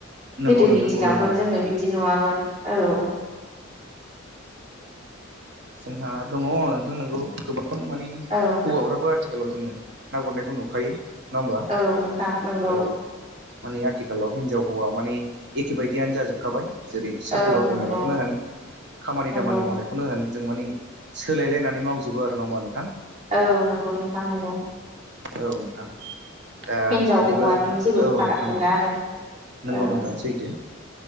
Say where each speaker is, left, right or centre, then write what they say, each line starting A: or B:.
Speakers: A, on the right (about 60°); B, on the right (about 35°).
A: नंगौ
B: गोदोनि
A: नोंथां नुनो
B: दिनावथ'
A: मोनो
B: जोङो
A: नंगौ
B: बिदि नुवामोन औ।
A: जोंहा दङ नोंथां नोंगौ गोबां मानि
B: औ
A: हौवाफ्राबो आथि आगोलाव जोङो ना गुरनायखौ नुखायो। नङा होमबा
B: औ नोंथां नोंगौ।
A: औ माने आथिखालाव हिनजाव हौवा माने एखे बदियानो जाजोबखाबाय। जेरै साख्रि
B: औ
A: बाख्रि
B: नंगौ
A: मावनायखौनो होन खामानि
B: नंगौ
A: दामानि मावनायखौनो होन। जों मानि सोलायलायनानै मावजोबो आरो नोङा होमबा नोंथां?
B: औ नंगौ नोंथां नंगौ।
A: औ नोंथां। ओ दा
B: हिनजाव
A: बिदिब्ला
B: हौवानि
A: जोंहा
B: जेबो
A: औ
B: फाराग
A: नोंथां
B: गैला
A: औ
B: आरो औ
A: नंगौ नोंथां सैथो